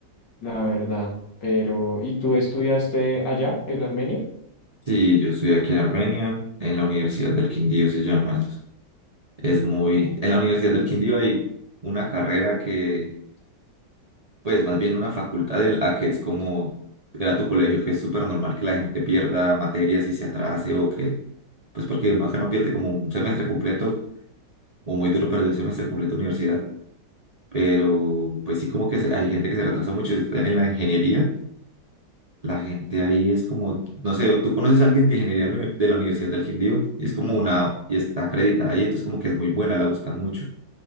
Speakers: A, on the left; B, on the right.
A: la verdad. Pero, ¿y tú estudiaste allá, en Armenia?
B: Sí, yo estoy aquí en Armenia, en la Universidad del Quindío se llama. Es muy...
A: Uh.
B: En la Universidad del Quindío hay una carrera que, pues más bien una facultad en la que es como, era tu colegio, que es súper normal que la gente pierda materias y se atrase o que, pues porque uno acá no pierde como un semestre completo, o muy duro perder un semestre completo de universidad, pero pues sí como que se- hay gente que se retrasa mucho Es la- en la ingeniería. La gente ahí es como, no sé, tú conoces a alguien de ingeniería de la Universidad del Quindío y es como una, y está acreditada ahí, entonces como que es muy buena, la buscan mucho.